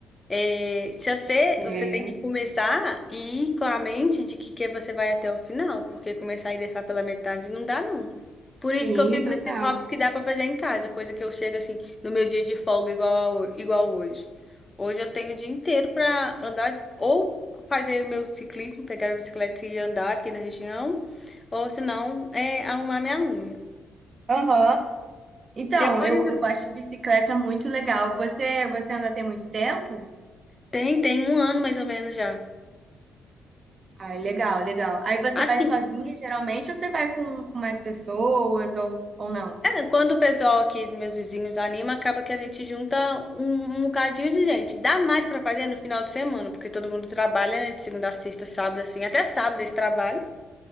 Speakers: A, on the left (about 20°); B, on the right (about 40°).
A: É, se você,
B: É,
A: você tem que começar e ir com a mente de que, que você vai até o final, porque começar e deixar pela metade não dá, não. Por isso
B: sim,
A: que eu fico
B: total.
A: nesses hobbies que dá pra fazer em casa, coisa que eu chego assim no meu dia de folga igual, a ho- igual hoje. Hoje eu tenho o dia inteiro pra andar ou fazer o meu ciclismo, pegar a bicicleta e andar aqui na região, ou se não, é arrumar minha unha.
B: aham. Então,
A: Depois
B: eu,
A: ainda
B: eu acho bicicleta muito legal. Você você anda tem muito tempo?
A: tem, tem um ano mais ou menos já.
B: Ai, legal, legal. Aí você
A: Assim,
B: vai sozinha geralmente ou você vai com, com mais pessoas ou, ou não?
A: É, quando o pessoal aqui, meus vizinhos, anima, acaba que a gente junta um, um bocadinho de gente. Dá mais pra fazer no final de semana, porque todo mundo trabalha, né? De segunda a sexta, sábado, assim, até sábado eles trabalham.